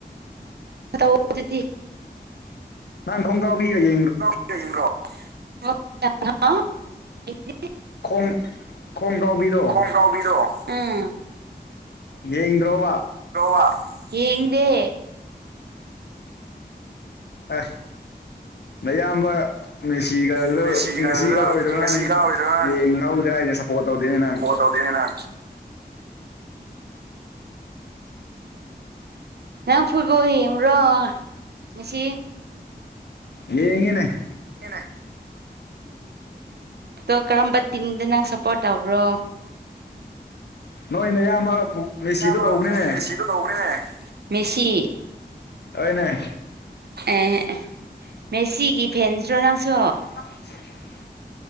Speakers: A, on the right (about 75°); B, on the left (about 85°).
A: ꯑꯗꯨꯗꯤ
B: ꯅꯪ ꯈꯣꯡꯒꯥꯎ <unintelligible>
A: <unintelligible>
B: ꯈꯣꯡ ꯈꯣꯡꯒ꯭ꯔꯥꯎꯕꯤꯗꯣ
A: ꯈꯣꯡꯒꯥꯎꯕꯤꯔꯣ ꯎꯝ
B: ꯌꯦꯡ ꯗ꯭ꯔꯣꯕ
A: ꯔꯦ ꯌꯦꯡ ꯗꯦ
B: ꯑꯦ ꯅꯌꯥꯝꯕ ꯉꯁꯤ ꯀꯗ
A: ꯃꯦꯁꯤꯒꯗ
B: ꯉꯁꯤ ꯀꯥ ꯑꯣꯏꯗꯣ
A: ꯉꯁꯤ
B: ꯅꯪꯌꯦꯡ
A: ꯀꯥꯎꯔꯤꯗꯣ ꯅꯪ
B: ꯉꯧꯗ꯭ꯔꯦ ꯍꯥꯏꯗꯤ ꯁꯞꯄꯣꯔꯠ ꯇꯧꯗꯦꯅꯦ ꯅꯪ
A: ꯇꯧꯒꯅꯦꯅ ꯅꯪ ꯐꯨꯠꯕꯣꯜ ꯌꯦꯡꯉꯕ꯭ꯔꯣ ꯉꯁꯤ
B: ꯌꯦꯉꯦꯅꯦ
A: <unintelligible> ꯑꯗꯣ ꯀꯔꯝꯕ ꯇꯤꯝꯗ ꯅꯪ ꯁꯞꯄꯣꯔꯠ ꯇꯧꯕ꯭ꯔꯣ
B: ꯅꯣꯏ ꯅꯏꯌꯥꯝꯕ ꯃꯦꯁꯤꯗ
A: ꯏꯌꯥꯝꯕ
B: ꯇꯧꯕꯅꯤꯅꯦ
A: ꯃꯦꯁꯤꯗꯣ ꯃꯦꯁꯤ
B: ꯑꯣꯏ ꯅ
A: ꯑꯦ ꯃꯦꯁꯤꯒꯤ ꯐꯦꯟꯗ꯭ꯔꯣ ꯅꯪꯁꯨ
B: <unintelligible>